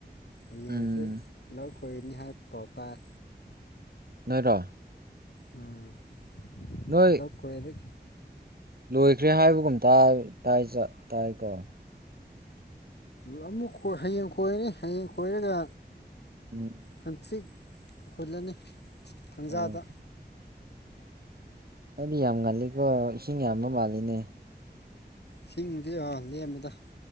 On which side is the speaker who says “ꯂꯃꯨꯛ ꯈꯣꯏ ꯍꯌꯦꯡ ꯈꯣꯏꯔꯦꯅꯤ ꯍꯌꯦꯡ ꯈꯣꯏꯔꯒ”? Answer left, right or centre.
Left